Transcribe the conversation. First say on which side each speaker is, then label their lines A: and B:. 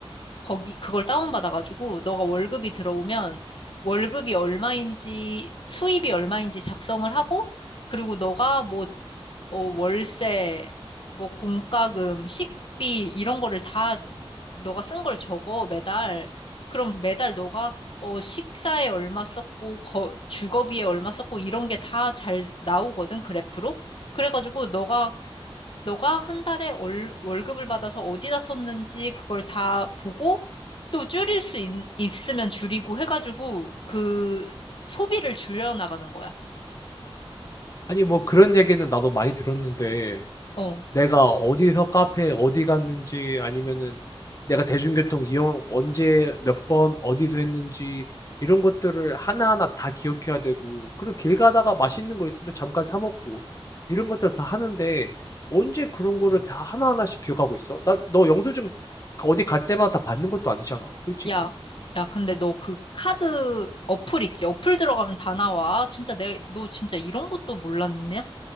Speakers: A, on the left; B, on the left.
A: 거기 그걸 다운받아가지고 너가 월급이 들어오면 월급이 얼마인지 수입이 얼마인지 작성을 하고 그리고 너가 뭐 어, 월세, 뭐 공과금, 식비 이런 거를 다 너가 쓴 걸 적어 매달. 그럼 매달 너가 어, 식사에 얼마 썼고 거, 주거비에 얼마 썼고 이런 게 다 잘 나오거든 그래프로. 그래가지고 너가 너가 한 달에 월, 월급을 받아서 어디다 썼는지 그걸 다 보고 또 줄일 수 있, 있으면 줄이고 해가지고 그 소비를 줄여 나가는 거야.
B: 아니 뭐 그런 얘기는 나도 많이 들었는데
A: 어.
B: 내가 어디서 카페 어디 갔는지 아니면은 내가 대중교통 이용 언제 몇 번 어디서 했는지 이런 것들을 하나하나 다 기억해야 되고 그리고 길 가다가 맛있는 거 있으면 잠깐 사 먹고 이런 것들 다 하는데 언제 그런 거를 다 하나하나씩 기억하고 있어? 나 너 영수증 어디 갈 때마다 다 받는 것도 아니잖아, 솔직히.
A: 야, 야, 근데 너 그 카드 어플 있지? 어플 들어가면 다 나와. 아, 진짜 내, 너 진짜 이런 것도 몰랐냐?